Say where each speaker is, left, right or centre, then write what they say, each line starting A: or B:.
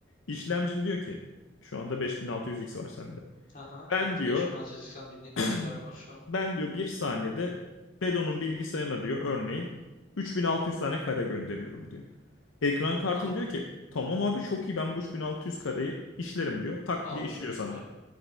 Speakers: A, on the left; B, on the left.
A: İşlemcin diyor ki şu anda 5600X var sende.
B: Aha,
A: Ben
B: evet
A: diyor
B: 5680 1070
A: <clears throat>
B: Ti var şu an.
A: ben diyor bir saniyede Bedon'un bilgisayarına diyor örneğin 3600 tane kare gönderiyorum diyor. Ekran kartın
B: Tamam
A: diyor ki tamam abi çok iyi ben bu 3600 kareyi işlerim diyor. Tak
B: alıyorum
A: diye işliyor sana.
B: diyor.